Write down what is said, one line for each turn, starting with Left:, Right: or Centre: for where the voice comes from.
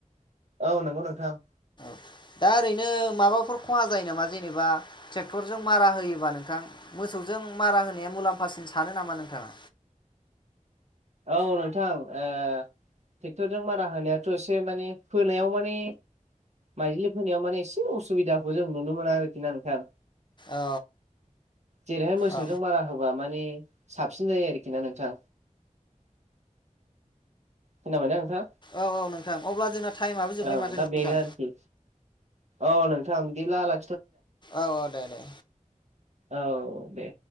Right: औ नंगौ नोंथां।
Left: <inaudible> दा ओरैनो माबाफोर खहा जायो नामा जेनेबा ट्रेक्टरजों मारा होयोबा नोंथां मोसौजों जों मारा होनाया मुलाम्फासिन सानो नामा नोंथाङा?
Right: औ नोंथां ए ट्रेक्टरजों मारा होनायाथ' एसे माने फोनायाव माने माइजिलि फोनायाव माने एसे असुबिदाखौ जों नुनो मोनो आरोखि ना नोंथां।
Left: औ
Right: जेरैहाय मोसौजों
Left: औ
Right: मारा होबा माने साबसिन जायो आरोखि ना नोंथां खाबायना नोंथां।
Left: औ औ नोंथां अब्ला जोंना टाइमआबो जोब्बाय
Right: औ
Left: माथो
Right: दा
Left: नोंथां।
Right: बेनो आरोखि औ नोंथांं बिदिला ला
Left: औ दे दे।
Right: औ दे